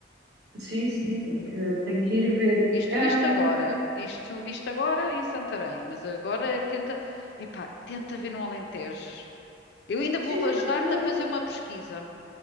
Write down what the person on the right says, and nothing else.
Sim, sim, tenho que, tenho que ir ver.
Ahm,
sim, sim,
não, mas eu